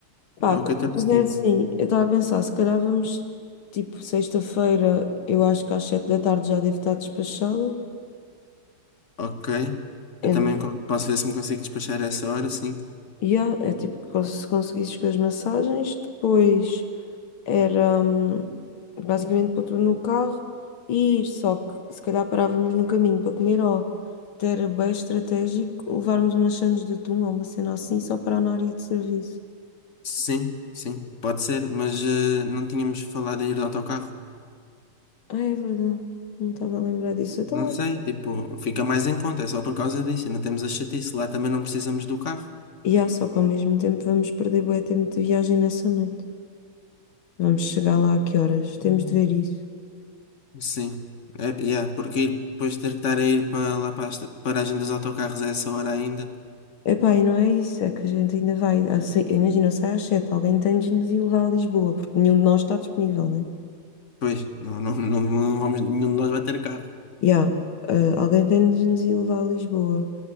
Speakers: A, on the left (about 70°); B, on the left (about 45°).
A: Pá,
B: É o 14, 15.
A: é assim, eu estava a pensar, se calhar vamos, tipo, sexta-feira, eu acho que às 7 da tarde já devo estar despachada.
B: Ok.
A: Eu
B: Eu também co- posso ver se me consigo despachar a essa hora, sim.
A: Yeah, é é tipo que cons- se conseguisses com as massagens, depois era hum, basicamente pôr tudo no carro e ir, só que se calhar parávamos no caminho para comer ou até era bem estratégico levarmos umas sandes de atum ou uma cena assim só para na área de serviço.
B: Sim, sim, pode ser, mas eh, não tínhamos falado em ir de autocarro.
A: Ah, é verdade, não estava a lembrar disso. Então,
B: Não sei, tipo, fica mais em conta, é só por causa disso. Ainda temos a chatice, lá também não precisamos do carro.
A: yeah, só que ao mesmo tempo vamos perder bué tempo de viagem nessa noite. Vamos chegar lá a que horas? Temos de ver isso.
B: Sim, é, yeah, porque ir- depois ter que estar a ir para lá para a esta- paragem dos autocarros a essa hora ainda.
A: Epá, e não é isso, é que a gente ainda vai. às sei- Imagina, sai às sete, alguém tem de nos ir levar a Lisboa, porque nenhum de nós está disponível, né?
B: Pois, não, não, não, não vamos, nenhum de nós vai ter carro.
A: Já, ah, alguém tem de nos ir levar a Lisboa.